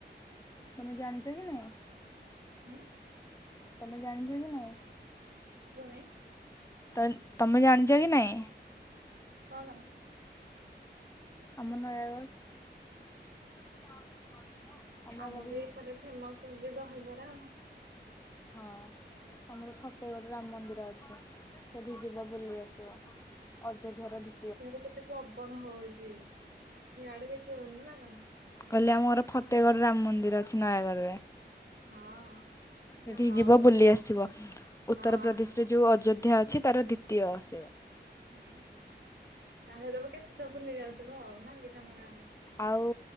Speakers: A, on the left; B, on the right.
A: ତମେ ଜାଣିଚ କି ନାଇଁ
B: ହୁଁ
A: ତମେ ଜାଣିଚ କି ନାଇଁ?
B: ଶୁବୁନେଇ?
A: ତାଲେ ଜାଣିଚ କି ନାଇଁ?
B: କଣ?
A: ଆମ ନୟାଗଡ଼। <unintelligible> ଆମର
B: ଆମ
A: ବି
B: ତ ଏପଟେ ଫେମସ ହୋଉଚି ଦହିବରା ଆଉ।
A: ହଁ ଆମର ଫତେଇଗଡ଼ ରାମ୍ ମନ୍ଦିର ଅଛି ସେଠି ଯିବା ବୁଲେଇ ଆସିବ। ଅଯୋଧ୍ୟାର ଦି
B: ଆଡ କେତେ ପବନ ହଉଚି ଇଆଡେ କିଛି ହଉନି ନା କଣ।
A: କହିଲେ ଆମର ଫତେଗଡ଼୍ ରାମ୍ ମନ୍ଦିର ଅଛି ନୟାଗଡ଼ରେ।
B: ହଁ।
A: ସେଇଠିି
B: ହଉ
A: ଯିବ ବୁଲି ଆସିବ ଉତ୍ତରପ୍ରଦେଶ୍ରେ
B: ହଁ।
A: ଯୋଉ ଅଯୋଧ୍ୟା ଅଛି ତାର ଦ୍ଵିତୀୟ ସେ।
B: ହୁଁ ତାହେଲେ ତବ କେତେଥର ଭୁଲି ଯାଉଥିବ ଆଉ ନାଁ କି ତମ ଗାଁ ରେ।
A: ଆଉ